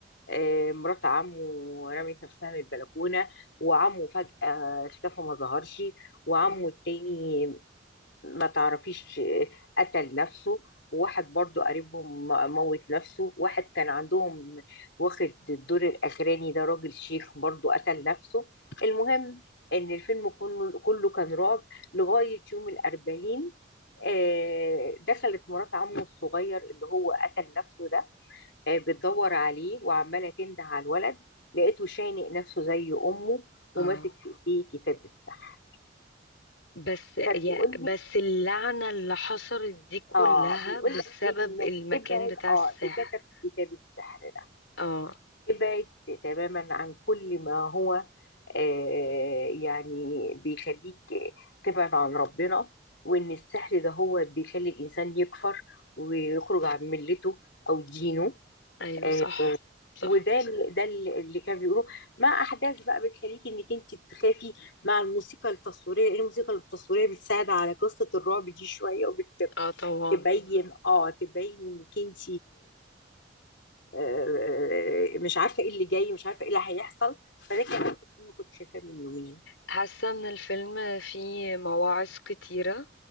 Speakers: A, on the left; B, on the left.
A: آه، مرات عمه رمت نفسها من البلكونه وعمه فجاه اختفى ما ظهرش وعمه
B: اه
A: التاني ما تعرفيش آه، قتل نفسه وواحد برضو قريبهم موت نفسه واحد كان عندهم واخد الدور الأخراني ده راجل شيخ برضو قتل نفسه المهم إن الفيلم كله كله كان رعب لغاية يوم الأربعين آه، دخلت مرات عمه الصغير اللي هو قتل نفسه ده آه، بتدور عليه وعمالة تنده على الولد لقيته شانق نفسه زي أمه وماسك
B: اه
A: في إيديه كتاب السحر
B: بس
A: فبيقول
B: يا بس
A: لي
B: اللعنة اللي حصلت دي كلها
A: اه بيقول
B: بسبب
A: لك انك
B: المكان
A: ابعد
B: بتاع
A: اه
B: السحر
A: بكتب كتاب السحر ده
B: اه
A: ابعد تماما عن كل ما هو آه يعني بيخليك تبعد عن ربنا وان السحر ده هو بيخلي الانسان يكفر ويخرج عن ملته او دينه
B: ايوه
A: آه
B: صح صح
A: وده ال- ده ال- اللي كان بيقولوه مع احداث بقى بتخليكي انك انت تخافي مع الموسيقى التصويريه لان الموسيقى التصويريه بتساعد على قصه الرعب دي شويه
B: اه طبعا
A: تبين اه تبين انك انت آه، آه، مش عارفه ايه اللي جاي مش عارفه ايه اللي هيحصل فده كمان فيلم كنت شايفاه من يومين
B: حاسة ان الفيلم فيه مواعظ كتيرة